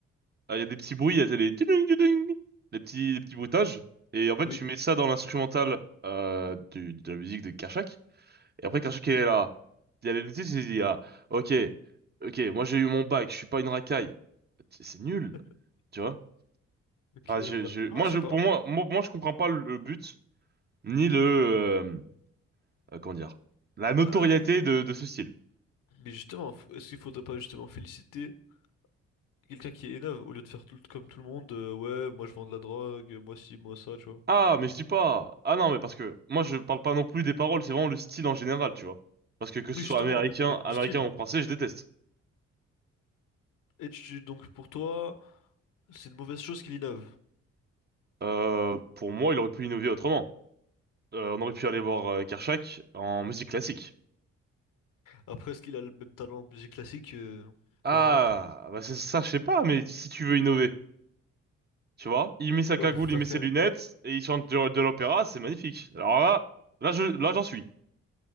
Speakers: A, on the right; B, on the left.
A: euh, il y a des petits bruits, il y a des tudung, tudung Les petits, les petits bruitages. Et en fait,
B: Oui.
A: tu mets ça dans l'instrumental euh, du- de la musique de Kershak. Et après, Kershak, il est là. Il y a les Looney Tunes, il dit, ah, ok, ok, moi j'ai eu mon bac, je suis pas une racaille. C'est c'est nul,
B: <laughs>
A: tu vois?
B: Ok,
A: Enfin, je,
B: bah,
A: je, moi,
B: ah, je
A: je,
B: sais
A: pour
B: pas.
A: moi, moi, moi, je comprends pas le le but, ni le... euh, euh, comment dire, la notoriété
B: Bah,
A: de, de ce style.
B: mais justement, f- est-ce qu'il faudrait pas justement féliciter quelqu'un qui innove au lieu de faire tout comme tout le monde, euh, ouais, moi je vends de la drogue, moi ci, moi ça, tu vois.
A: Ah, mais je dis pas. Ah non, mais parce que moi je parle pas non plus des paroles, c'est vraiment le style en général, tu vois. Parce que que ce
B: Oui,
A: soit
B: justement,
A: américain,
B: même, même le
A: américain
B: style.
A: ou français, je déteste.
B: Et tu, donc pour toi, c'est une mauvaise chose qu'il innove.
A: Euh, pour moi, il aurait pu innover autrement. Euh, on aurait pu aller voir euh, Kershak en musique classique.
B: Après, est-ce qu'il a le même talent en musique classique que,
A: Ah,
B: qu'en rap?
A: bah c'est ça, je sais pas, mais si tu veux innover, tu vois, il met sa cagoule,
B: Ouais, mais faut faire
A: il met ses
B: quand même.
A: lunettes et il chante de, de l'opéra, c'est magnifique. Alors là, là je, là j'en suis,